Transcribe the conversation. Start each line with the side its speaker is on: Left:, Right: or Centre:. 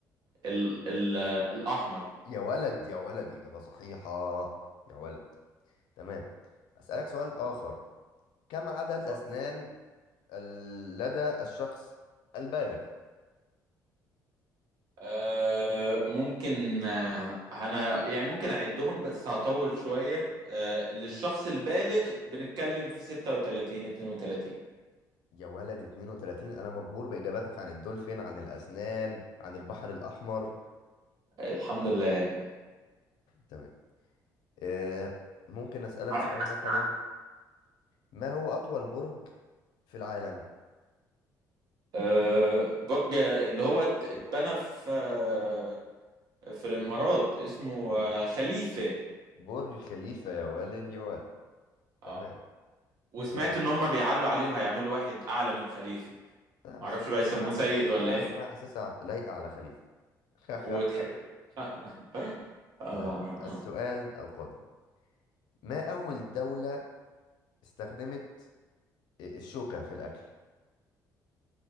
Right: ال ال الاحمر
Left: يا ولد يا ولد اجابه صحيحه يا ولد تمام اسالك سؤال اخر كم عدد
Right: اتفضل.
Left: اسنان ال- لدى الشخص البالغ
Right: آه ممكن آه انا يعني ممكن اعدهم بس هطول شويه آه للشخص
Left: مم.
Right: البالغ بنتكلم في 36 32
Left: يا ولد 32 انا مبهور باجاباتك عن الدولفين عن الاسنان عن البحر الاحمر
Right: الحمد لله يعني
Left: تمام إيه ممكن اسالك
Right: عارف
Left: سؤال
Right: أنا-
Left: مثلا ما هو اطول برج في العالم
Right: أه برج اللي هو ات- اتبنى في آه، في الامارات اسمه
Left: مم.
Right: آه، خليفه
Left: برج خليفة يا والد يا والد
Right: اه
Left: تمام
Right: وسمعت
Left: آه،
Right: ان هم بيعلوا عليه وهيعملوا واحد اعلى من خليفه
Left: لا بس
Right: معرفش
Left: انا
Right: بقى يسموه
Left: انا حاسسها
Right: سيد ولا ايه
Left: انا حاسسها لايقة على خليفة <laughs>
Right: وتحب <laughs> آه.
Left: تمام السؤال القادم ما اول دولة استخدمت آه، الشوكة في الاكل